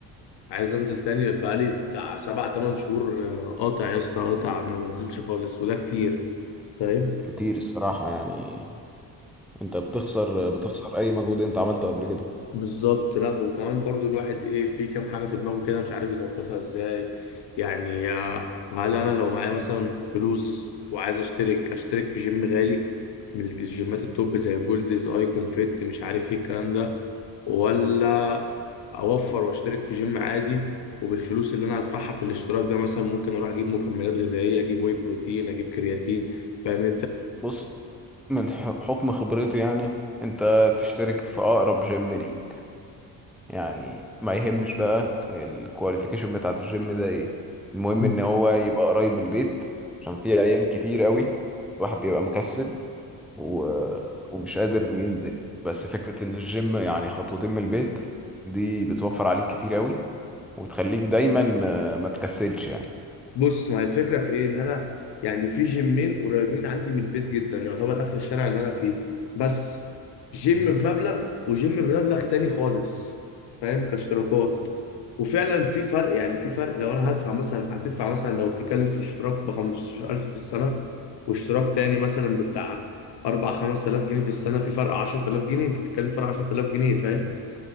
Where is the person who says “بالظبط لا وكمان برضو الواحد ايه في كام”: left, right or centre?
Left